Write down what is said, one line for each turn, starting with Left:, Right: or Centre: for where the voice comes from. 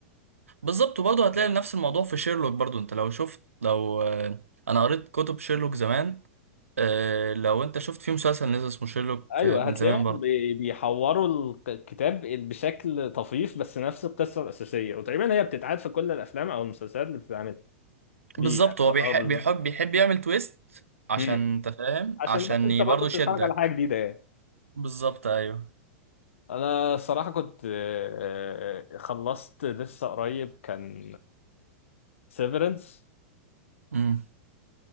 Right: بالظبط وبرضه هتلاقي
Left: ساعتها
Right: نفس الموضوع في شيرلوك برضه انت لو شفت لو آه، انا قريت كتب شيرلوك زمان آه، لو انت شفت في مسلسل نزل اسمه شيرلوك
Left: ايوه
Right: آه، من
Left: هتلاقيهم
Right: زمان برضه
Left: بي- بيحوروا الق- الكتاب بشكل طفيف بس نفس القصه الاساسيه وتقريبا هي بتتعاد في كل الافلام او المسلسلات اللي بتتعمل ليه
Right: بالظبط
Left: يعني
Right: هو بيحب
Left: اه بالظبط
Right: بيحب بيحب يعمل تويست عشان
Left: مم.
Right: انت فاهم
Left: عشان
Right: عشان
Left: بس انت برضه
Right: برضه
Left: بتتفرج
Right: يشدك
Left: على حاجه جديده يعني
Right: بالظبط ايوه
Left: انا الصراحه كنت آه، آه، خلصت لسه قريب كان سيفرنس
Right: امم